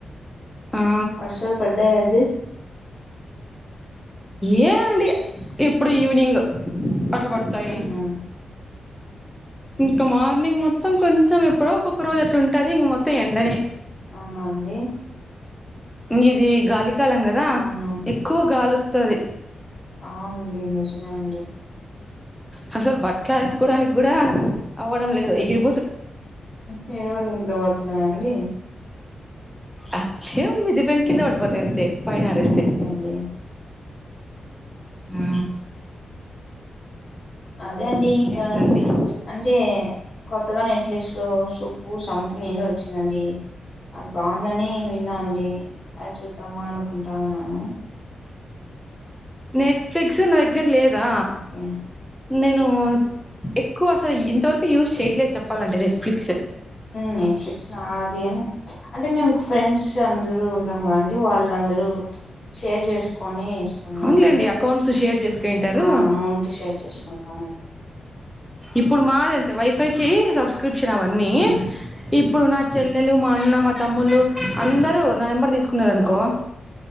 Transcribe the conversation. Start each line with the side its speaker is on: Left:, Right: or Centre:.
Centre: ఆ
Left: వర్షాలు పడ్డాయాండి
Centre: ఏ అండి ఎప్పుడు ఈవినింగ్ అట్లా పడతాయి
Left: ఉహు
Centre: ఇంకా మార్నింగ్ మొత్తం కొంచెం ఎప్పుడో ఒకక్క రోజు అట్లా ఉంటుది ఇంక మొత్తం ఎండనే
Left: అవునా అండి
Centre: ఇది గాలి కాలం కదా
Left: అవునవును
Centre: ఎక్కువ గాలి వస్తది
Left: ఆ అండి నిజమే అండి
Centre: హసల్ బట్టలు ఆరేసుకోవడానికి కూడా అవ్వడం లేదు ఎగిరి
Left: వేరే వాళ్ళ ఇంట్లో పడుతున్నాయాండి
Centre: అట్లే మిద్దిమే ను కింద పడిపోతా అంతే పైన ఆరేస్తే
Left: ఓకే అండి
Centre: ఆ
Left: అదే అండి
Centre: ఇంకేంటండి
Left: ఇంకా అంటే కొత్తగా నెట్ఫ్లిక్స్ లో సుబ్బు సంథింగ్ ఏందో వచ్చిందండి అది బాగుందని విన్నా అండి అది చూద్దామా అనుకుంటా ఉన్నాను
Centre: నెట్ఫ్లిక్స్ నా దగ్గర లేదా
Left: ఓకే
Centre: నేను ఎక్కువ అసలు ఇంతవరకు యూస్ చేయలేదు చెప్పాలండి నెట్ఫ్లిక్స్
Left: నెట్ఫ్లిక్స్ నాది అంటే మేము ఫ్రెండ్స్ అందరుూ ఉ మండి వాళ్ళందరూ షేర్ చేసుకొని కొన్ని
Centre: అవునులేండి
Left: వున్న
Centre: అకౌంట్స్ షేర్ చేసుకుంటారు
Left: ఆ అమౌంట్ షేర్ చేసుకుంటామండి
Centre: ఇప్పుడు మాది అంతే వైఫైకి సబ్స్క్రిప్షన్ అవన్నీ
Left: ఉమ్
Centre: ఇప్పుడు నా చెల్లెలు మా అన్న మా తమ్ములు అందరూ నా నెంబర్ తీసుకు ఉన్నారనుకో
Left: ఆ